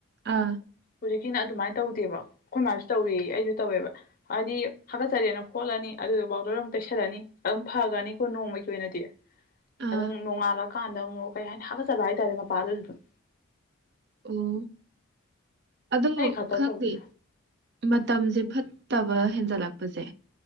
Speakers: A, on the right; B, on the left.
A: ꯑꯥ
B: ꯍꯧꯖꯤꯛꯀꯤꯅ ꯑꯗꯨꯃꯥꯏꯅ ꯇꯧꯗꯦꯕ ꯑꯩꯈꯣꯏ ꯃꯥꯁꯨ ꯇꯧꯋ ꯑꯩꯁꯨ ꯇꯧꯋꯦꯕ꯫ ꯍꯥꯏꯗꯤ ꯍꯥꯀꯠꯆꯔꯦꯅ ꯈꯣꯠꯂꯅꯤ ꯑꯗꯨꯗ ꯕꯥꯎꯇꯔ ꯑꯃꯨꯛ ꯇꯩꯁꯜꯂꯅꯤ ꯑꯗꯨꯝ ꯐꯈ꯭ꯔꯅꯤꯀꯣ ꯅꯣꯡꯃꯒꯤ ꯑꯣꯏꯅꯗꯤ꯫
A: ꯑꯥ
B: ꯑꯗꯨꯝ ꯅꯣꯡꯉꯥꯜꯂꯀꯥꯟꯗ ꯑꯃꯨꯛ ꯀꯩ ꯍꯥꯏꯅꯤ ꯍꯥꯀꯠꯆꯕ ꯍꯥꯏꯇꯥꯔꯦ ꯃꯄꯥꯗꯨ ꯑꯗꯨꯝ꯫
A: ꯑꯣ ꯑꯗꯣ
B: ꯑꯩ ꯈꯛꯇ
A: ꯈꯪꯗꯦ
B: ꯇꯧꯕ꯭ꯔꯥ
A: ꯃꯇꯝꯁꯦ ꯐꯠꯇꯕ ꯍꯦꯟꯖꯜꯂꯛꯄꯁꯦ